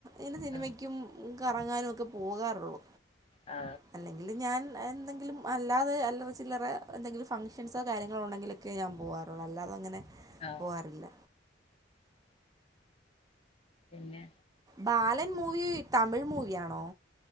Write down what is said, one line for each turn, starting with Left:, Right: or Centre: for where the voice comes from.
Right: എന്നെ സിനിമക്കുഉം.
Left: ആ
Right: കറങ്ങാനു ഒക്കെ പോകാറുള്ളു.
Left: ആ,
Right: അല്ലെങ്കിലും ഞാൻ എന്തെങ്കിലും അല്ലാതെ അല്ലറ ചില്ലറ എന്തെങ്കിലും ഫംഗ്ഷൻസോ കാര്യങ്ങളോ ഉണ്ടെങ്കിലെ. ക്കെ ഞാൻ പോകാറുള്ളൂ അല്ലാതെ അങ്ങനെ.
Left: ആഹ്
Right: പോവാറില്ല
Left: പിന്നെ?
Right: ബാലൻ മൂവി തമിഴ് മൂവി ആണോ?